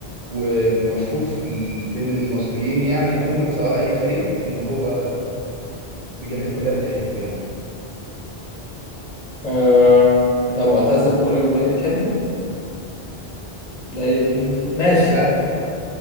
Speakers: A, on the right; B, on the left.
A: ومشهور في ال... بين المصريين يعني عموما سواء اي فريق ان هو الجماهير كلها بتحبه يعني
B: آه. ده معتزل وكل الجماهير بتحبه ده ايه ده مين ده ماشي
A: اللاعب